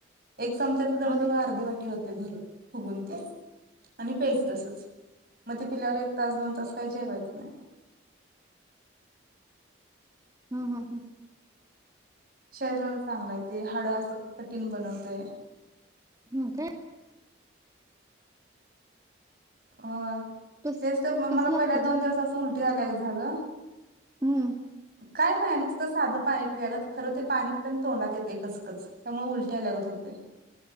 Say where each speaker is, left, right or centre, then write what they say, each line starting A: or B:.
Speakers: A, on the right; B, on the right.
A: एक चमच्याच जवळजवळ
B: आणि
A: अर्धी वाटी होत भर फुगून ते आणि पेयचं तसंच मग ते पिल्यावर एक तास दोन तास काही जेवायच नाही.
B: हम् हम्म हम्
A: शरीर चांगलाय ते हाड असं ठीण बनवते
B: ह काय?
A: होय
B: कस
A: तेच त मला
B: कसं लागते
A: पहिल्या दोन दिवस अस उल कुठ आल्यागत झालं
B: हम्म
A: काय नाही? साधं पाणी पिल्यागत खरं ते पाणी पिताना तोंडात येते कचकच त्यामुळे उलटी आल्यागत होतय